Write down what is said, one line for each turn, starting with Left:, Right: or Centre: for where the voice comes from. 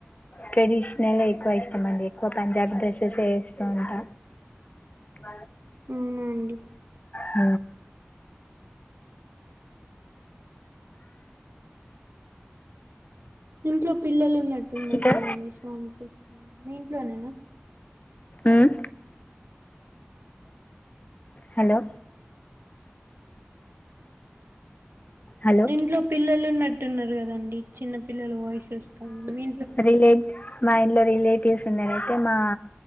Left: ట్రెడిష్నల్ ఎక్కువ ఇష్టమండి ఎక్కువ పంజాబీ డ్రెస్సెస్ ఎ ఏస్తూంటా మ
Right: అవున అండి
Left: మ్
Right: ఇంట్లో పిల్లలు ఉన్నట్టున్నారు
Left: ఇంకా
Right: కదా అండి సౌండ్స్ వస్తు మీ ఇంట్లోనేనా
Left: మ్ హలో హలో
Right: ఇంట్లో పిల్లలు ఉన్నట్టున్నారు కదండి చిన్న పిల్లల వాయిస్ వస్త ఉంది మీ ఇంట్లో
Left: రిలేట్ మా ఇంట్లో రిలేటివ్స్ ఉన్నారైతే మా